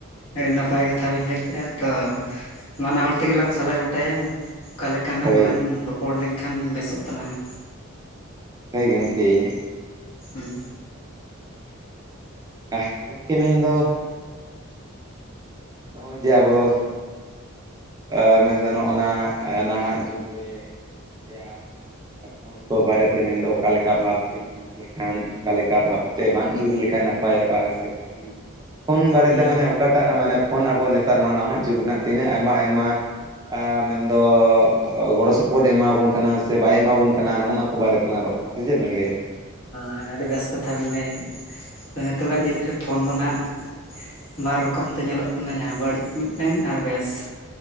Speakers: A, on the left; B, on the right.
A: ᱟᱹᱰᱤ ᱱᱟᱯᱟᱭ ᱠᱟᱛᱷᱟ ᱵᱮᱤᱱ ᱞᱟᱹᱭ ᱠᱮᱜᱼᱟ ᱛᱚ ᱵᱟᱱᱟ ᱦᱚᱲ ᱛᱮᱜᱮ ᱞᱟᱝ ᱥᱟᱞᱟ ᱜᱚᱴᱟᱭᱟ᱾ ᱚᱠᱟ ᱞᱮᱠᱟᱱᱟᱜ
B: ᱦᱳᱭ
A: ᱞᱟᱝ ᱨᱚᱯᱚᱲ ᱞᱮᱱᱠᱷᱟᱱ ᱵᱮᱥᱚᱜ ᱛᱟᱞᱟᱝᱟ?
B: ᱦᱳᱭ ᱜᱚᱝᱠᱮ᱾
A: ᱦᱩᱸ᱾
B: ᱟᱦ ᱜᱚᱢᱠᱮ ᱢᱮᱱᱫᱚ ᱱᱚᱜᱼᱚᱭ ᱡᱮ ᱟᱵᱚ ᱚ ᱢᱮᱱᱫᱚ ᱱᱚᱜᱼᱱᱟ ᱱᱟᱦᱟᱸᱜ ᱡᱩᱜᱽ ᱨᱮ ᱡᱮ <inaudible> ᱵᱟᱨᱮᱛᱮ ᱢᱮᱱᱫᱚ ᱚᱠᱟᱞᱮᱠᱟ ᱵᱷᱟᱵᱽᱛᱮ ᱤᱭᱩᱡᱽ ᱞᱮᱠᱷᱟᱱ ᱚᱠᱟ ᱞᱮᱠᱟ ᱵᱷᱟᱵᱛᱮ ᱵᱟᱝ ᱤᱭᱩᱡᱽ ᱞᱮᱠᱷᱟᱱ ᱱᱟᱯᱟᱭᱚᱜᱼᱟ, ᱥᱮ ᱵᱷᱟᱜᱤ ᱯᱷᱳᱱ ᱵᱟᱨᱮᱛᱮ
A: ᱦᱮᱸ
B: ᱢᱟᱱᱮ ᱚᱠᱟᱴᱟᱜ ᱢᱟᱱᱮ ᱯᱷᱳᱱ ᱟᱵᱚ ᱱᱮᱛᱟᱨ ᱱᱚᱣᱟ ᱱᱟᱦᱟᱸᱜ ᱡᱩᱜᱽ ᱨᱮᱱᱟᱜ ᱛᱤᱱᱟᱹᱜ ᱟᱭᱢᱟ ᱟᱭᱢᱟ ᱟ ᱢᱮᱱᱫᱚ ᱜᱚᱲᱚ ᱥᱚᱯᱚᱦᱚᱫ ᱮᱢᱟᱵᱚᱱ ᱠᱟᱱᱟ ᱥᱮ ᱵᱟᱭ ᱮᱢᱟᱵᱚᱱ ᱠᱟᱱᱟ, ᱱᱚᱜᱼᱱᱟ ᱠᱚ ᱵᱟᱨᱮ ᱛᱮᱞᱟᱝ ᱨᱚᱯᱚᱲᱟ᱾ ᱥᱮ ᱪᱮᱫ ᱵᱮᱱ ᱞᱟᱹᱭᱟ?
A: ᱦᱟᱸ ᱟᱹᱰᱤ ᱵᱮᱥ ᱠᱟᱛᱷᱟ ᱵᱤᱱ ᱞᱟᱹᱭ ᱠᱟᱜᱼᱟ, ᱱᱤᱛᱚᱜᱟᱜ ᱡᱩᱜᱽ ᱨᱮ ᱯᱷᱳᱱ ᱫᱚ ᱱᱟᱸᱜ ᱵᱟᱨ ᱨᱚᱠᱚᱢ ᱛᱮ ᱧᱮᱞᱚᱜ ᱠᱟᱱᱟ ᱡᱟᱦᱟᱸ ᱵᱟᱹᱲᱤᱡ ᱢᱤᱫᱴᱮᱱ ᱟᱨ ᱵᱮᱥ ᱾